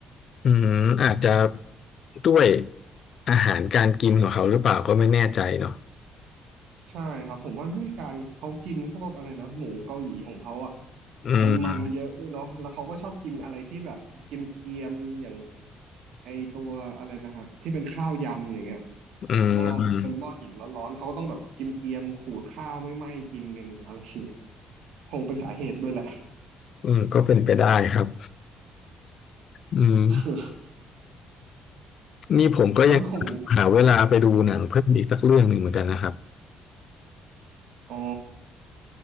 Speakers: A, on the left; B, on the right.
A: อืมอาจจะด้วยอาหารการกินของเขาหรือเปล่าก็ไม่แน่ใจเนาะ
B: ใช่ครับผมว่าด้วยการเขากินพวกอะไรนะหมูเกาหลีของเขาอ่ะ
A: อืม
B: มันมันเยอะด้วยเนาะแล้วเขาก็ชอบกินอะไรที่แบบเกรียมๆอย่างไอตัวอะไรนะฮะที่เป็นข้าวยำอย่างเงี้ย
A: อืม
B: หม้อเป็นหม้อหินร้อนๆเขาก็ต้องแบบเกรียมๆขูดข้าวไม่ไหม้กินกันอะไรอย่างเงี้ยคงเป็นสาเหตุด้วยแหละ
A: อืมก็เป็นไปได้ครับอืม
B: <laughs>
A: นี่ผมก็ยัง
B: แล้วของ
A: หาเวลาไปดูหนังเพิ่มอีกสักเรื่องหนึ่งเหมือนกันนะครับ
B: อ๋อ